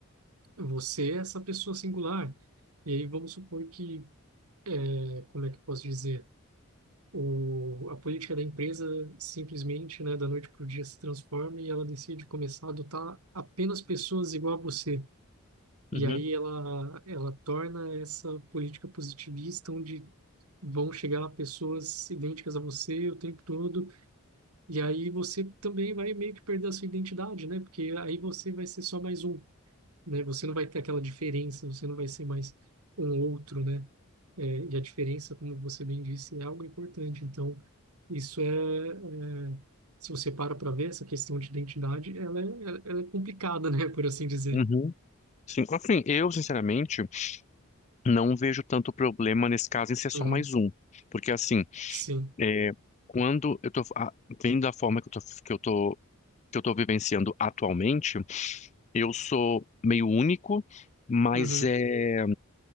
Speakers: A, on the right (about 85°); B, on the left (about 30°).
A: você é essa pessoa singular. E aí vamos supor que, eh, como é que eu posso dizer? O, a política da empresa simplesmente, né, da noite para o dia se transforma e ela decide começar a adotar apenas pessoas igual a você. E
B: uhum,
A: aí ela, ela torna essa política positivista onde vão chegar pessoas idênticas a você o tempo todo E aí você também vai meio que perder a sua identidade, né? Porque aí você vai ser só mais um, né? Você não vai ter aquela diferença, você não vai ser mais um outro, né? É, e a diferença, como você bem disse, é algo importante. Então, isso é, é se você para para ver essa questão de identidade, ela é, ela ela é complicada, né? <laughs> Por assim dizer.
B: uhum. Sim, assim, eu, sinceramente, não vejo tanto problema nesse caso em ser só
A: Uhum.
B: mais um. Porque, assim,
A: Sim.
B: É, quando eu tô a- vendo a forma que eu tô, que eu tô, que eu tô vivenciando atualmente, eu sou meio único, mas
A: Uhum.
B: é